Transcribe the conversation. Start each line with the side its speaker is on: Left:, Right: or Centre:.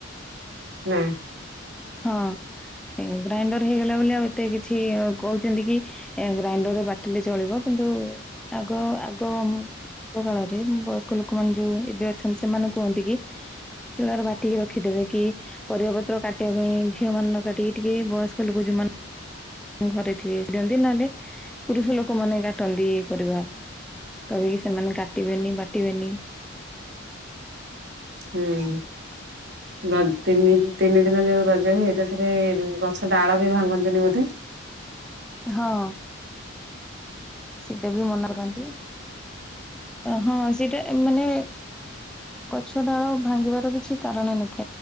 Right: ନା।
Centre: ହଁ ଗ୍ରାଇଣ୍ଡର ହେଇଗଲା ବୋଲି ଆଉ ଏତେ କିଛି କହୁଛନ୍ତି କି ଗ୍ରାଇଣ୍ଡର ବାଟିଲେ ଚଳିବ କିନ୍ତୁ ଆଗ ଆଗ ଆଗ କାଳରେ ବୟସ୍କ ଲୋକମାନେ ଯୋଉ ଏବେ ଅଛନ୍ତି ସେମାନେ କୁହନ୍ତି କି। ଶିଳରେ ବାଟିକି ରଖିଦେବେ କି ପରିବା <inaudible> କାଟିବା ପାଇଁ ଝିଅ ମାନେ ନ କାଟିକି ଟିକେ ବୟସ୍କ ଲୋକ ଯଉମାନେ ଘରେ ଥିବେ। ନ ହେଲେ ପୁରୁଷ ଲୋକମାନେ କାଟନ୍ତି ଏ ପରିବା କହିକି ସେମାନେ କାଟିବେନି ବାଟିବେନି।
Right: ହୁଁ ତିନି ତିନି ଦିନ ଯୋଉ ରଜ ହୁଏ ତାଥିରେ ଗଛ ଡାଳ ବି ଭାଙ୍ଗନ୍ତିନି ବୋଧେ।
Centre: ହଁ। ସେଇଟା ବି ମନଅ କରନ୍ତି ହଁ ସେଇଟା। ମାନେ। ଗଛଡାଳ। ଭାଙ୍ଗିବାର କିଛି କାରଣ ନ।